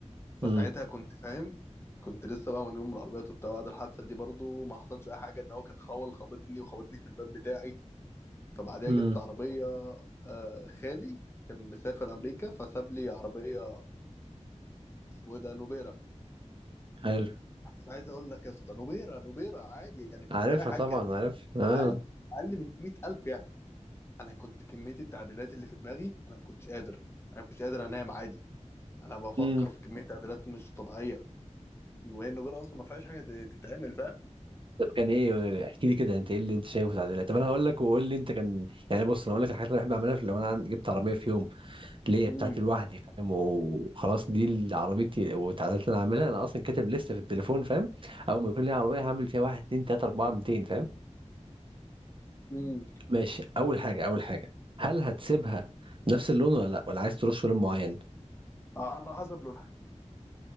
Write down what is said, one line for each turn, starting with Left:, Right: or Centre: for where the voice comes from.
Left: فساعتها
Right: امم
Left: كنت فاهم كنت لسه بقى مجنون من العربيات وبتاع بعد الحادثه دي برضو ما حصلش اي حاجه ان هو كان خول خبطني وخبطني في الباب بتاعي فبعديها
Right: امم
Left: جبت عربيه آه، خالي كان مسافر امريكا فساب لي عربيه اسمه ايه ده نوبيرا
Right: حلو
Left: مش عايز اقول لك يا اسطى نوبيرا نوبيرا عادي يعني كانش
Right: عارفها
Left: فيها اي حاجه
Right: طبعا
Left: كانت
Right: عارف اه
Left: اقل اقل من 100000 يعني انا كنت كميه التعديلات اللي في دماغي انا ما كنتش قادر انا ما كنتش قادر انام عادي انا بفكر
Right: امم
Left: في كميه تعديلات مش طبيعيه وهي النوبير اصلا ما فيهاش حاجه ت- تتعمل فاهم
Right: طب كان ايه احكي لي كده انت ايه اللي انت شايفه تعديلات طب انا هقول لك وقول لي انت كان يعني بص انا هقول لك الحاجات اللي بحب اعملها في- لو انا عن- جبت عربيه في يوم ليا بتاعتي
Left: امم
Right: لوحدي فاهم وخلاص دي اللي عربيتي وتعديلات اللي انا عاملها انا اصلا كاتب لسه في التليفون فاهم اول ما يكون ليا عربيه هعمل فيها واحد اتنين تلاته اربعه 200 فاهم
Left: امم
Right: ماشي اول حاجه اول حاجه هل هتسيبها نفس اللون ولا لا ولا عايز تروح في لون معين
Left: على حسب لونها